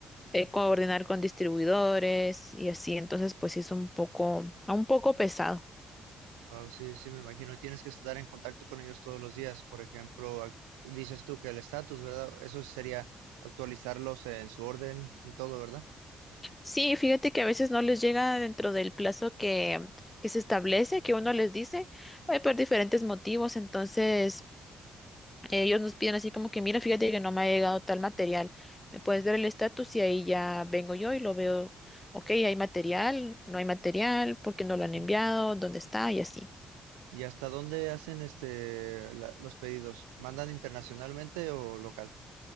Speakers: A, on the left; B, on the right.
A: eh, coordinar con distribuidores y así, entonces pues sí es un poco, un poco pesado.
B: Oh, sí, sí, me imagino. y Tienes que estar en contacto con ellos todos los días. Por ejemplo, ac- dices tú que el estatus, ¿verdad? Eso sería actualizarlos en su orden y todo, ¿verdad?
A: Sí, fíjate que a veces no les llega dentro del plazo que, que se establece, que uno les dice, eh, por diferentes motivos. Entonces, ellos nos piden así como que, mira, fíjate que no me ha llegado tal material. ¿Me puedes dar el estatus? Y ahí ya vengo yo y lo veo, ok, hay material, no hay material, ¿por qué no lo han
B: Ujú.
A: enviado? ¿Dónde está? Y así.
B: ¿Y hasta dónde hacen este la- los pedidos? ¿Mandan internacionalmente o local?